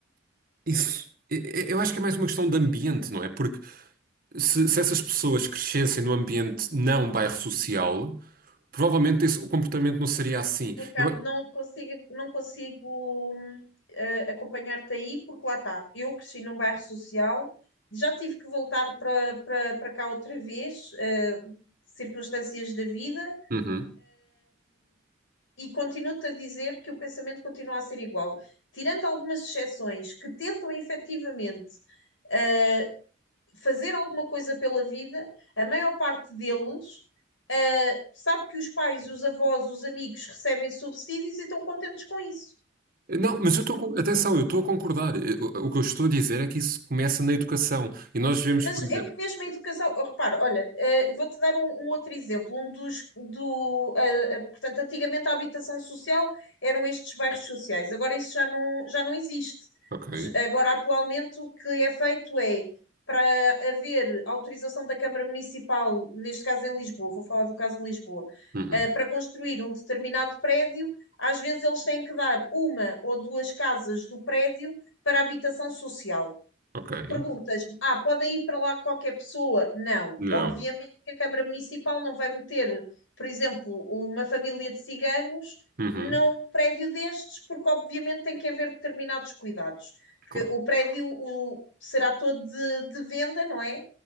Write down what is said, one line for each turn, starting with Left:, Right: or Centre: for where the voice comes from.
Right: isso, e- e- eu acho que é mais uma questão de ambiente, não é? Porque se, se essas pessoas crescessem num ambiente não bairro social, provavelmente esse- o comportamento não seria assim.
Left: Ricardo,
Right: Eu-
Left: não consigo, não consigo hum, eh, acompanhar-te aí, porque lá está. Eu cresci num bairro social, já tive que voltar para para- para cá outra vez, eh, circunstâncias da vida,
Right: Uhum.
Left: e continuo-te a dizer que o pensamento continua a ser igual. Tirando algumas exceções que tentam efetivamente eh, fazer alguma coisa pela vida, a maior parte deles. eh, sabe que os pais, os avós, os amigos recebem subsídios e estão contentes com isso.
Right: Não, mas eu estou com... Atenção, eu estou a concordar. Eu- O que eu estou a dizer é que isso começa na educação. E nós vemos,
Left: Mas
Right: por
Left: é
Right: exemplo.
Left: que mesmo a educação, oh, repara, olha, eh, vou-te dar um, um outro exemplo. Um dos do, ah, ah, portanto, antigamente a habitação social eram estes bairros sociais. Agora isso já não, já não existe.
Right: Ok.
Left: J- Agora, atualmente, o que é feito é para haver autorização da Câmara Municipal, neste caso em Lisboa, vou falar do caso de Lisboa,
Right: Uhum.
Left: ah, para construir um determinado prédio, às vezes eles têm que dar uma ou duas casas do prédio para habitação social.
Right: Ok.
Left: Perguntas-me, ah, podem ir para lá qualquer pessoa? Não,
Right: Não.
Left: obviamente que a Câmara Municipal não vai meter, por exemplo, uma família de ciganos
Right: Uhum.
Left: num prédio destes, porque obviamente tem que haver determinados cuidados. Porque
Right: Claro.
Left: o prédio o- será todo de, de venda, não é?